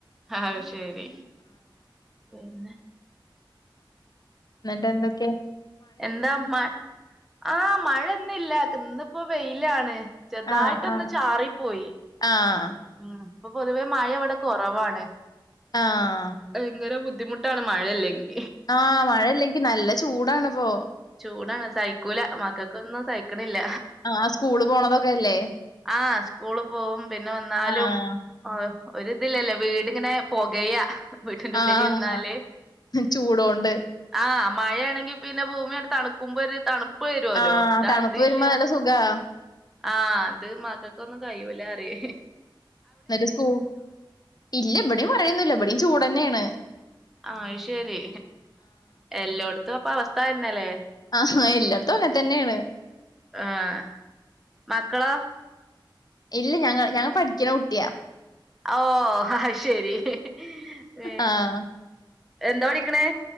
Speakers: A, in the centre; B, on the left.
A: അയ് ശെരി പിന്നെ
B: ന്നട്ട് എന്തെക്കെ?
A: എന്താ മ ആഹ് മഴ ന്ന് ല്ല ക്ക്ന്ന്പ്പോ വെയിലാണ്. ചെറ്തായിട്ടൊന്ന്
B: ആഹ് ആഹ്
A: ചാറിപ്പോയി.
B: ആഹ്
A: ഉം ഇപ്പൊ പൊതുവേ മഴ ഇവടെ കൊറവാണ്.
B: ആഹ്
A: ഭയങ്കര ബുദ്ധിമുട്ടാണ് മഴെല്ലെങ്കി.
B: ആഹ് മഴല്ലെങ്കി നല്ല ചൂടാണ്പ്പോ.
A: ചൂടാണ് സഹിക്കൂല മക്കക്കൊന്നും സഹിക്ക്ണില്ല.
B: ആഹ് സ്കൂള് പോണതൊക്കെയല്ലേ
A: ആഹ് സ്കൂള് പോവും പിന്നെ വ ന്നാലും
B: ആഹ്
A: ആഹ് ഒരിതില്ലല്ലോ വീട്ങ്ങനെ പൊകയ്യാ. വീട്ടിൻ്റുള്ളിലിര്ന്നാല്
B: ആഹ് ചൂടോണ്ട്
A: ഉം ആഹ് മഴാണെങ്കി പിന്നെ ഭൂമിങ്ങട്ട് തണ്ക്കുമ്പോ ഒരിതാണ്. പ്പെരോല്ലോ
B: ആഹ്
A: ഇതതില്ല.
B: തണുപ്പ് വരുമ്പോ നല്ല സുഖാ
A: ആഹ് ത് മക്കക്കൊന്നും കഴിയൂലാറ്യേ.
B: ന്നട്ട് സ്കൂ ഇല്ല ഇവടിം മഴൊന്നുല്ല ഇവടിം ചൂടെന്നെണ്.
A: ആയി ശെരി എല്ലോട്ത്തു അപ്പ വസ്ഥതെന്നെല്ലേ.
B: ആഹ എല്ലോട്ത്തു അങ്ങൻതെന്നെണ്.
A: ആഹ് മക്കളോ?
B: ഇല്ല ഞങ്ങ ഞങ്ങ പഠിക്കുന്ന കുട്ടിയാ
A: ഓഹ് അയ്ശരി പിന്നെ
B: ആഹ്
A: എന്താ പഠിക്കണേ